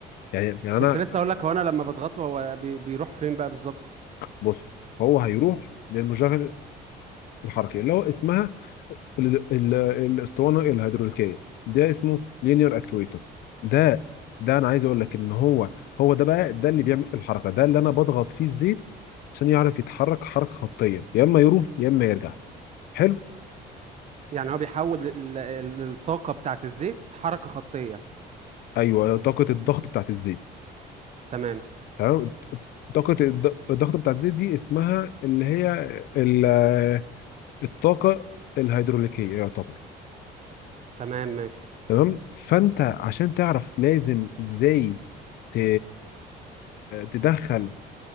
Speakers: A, on the left; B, on the right.
A: يعني يعني
B: كنت
A: انا
B: لسه اقول لك هو انا لما بضغطه هو بي... بيروح فين بقى بالظبط
A: بص هو هيروح للمشغل الحركي اللي هو اسمها ال- ال- الاسطوانه الهيدروليكيه ده اسمه لينير اكتويتر ده ده انا عايز اقول لك ان هو هو ده بقى ده اللي بيعمل الحركه ده اللي انا بضغط فيه الزيت عشان يعرف يتحرك حركه خطيه يا اما يروح يا اما يرجع حلو
B: يعني هو بيحول ال- ال- الطاقة بتاعت الزيت حركة خطية
A: ايوه طاقه الضغط بتاعت الزيت
B: تمام
A: تمام طاقه الض- الضغط بتاعت الزيت دي اسمها اللي هي ال- الطاقه الهيدروليكيه يعتبر
B: تمام ماشي
A: تمام فانت عشان تعرف لازم ازاي ت- تدخل